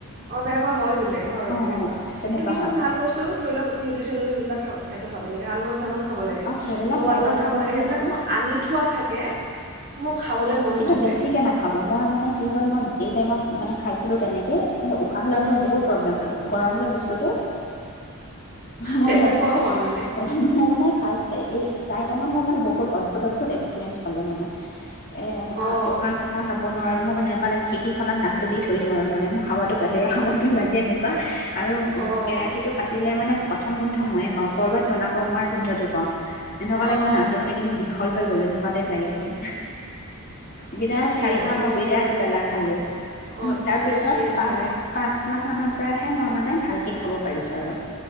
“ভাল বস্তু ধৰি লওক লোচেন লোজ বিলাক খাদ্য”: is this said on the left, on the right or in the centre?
Right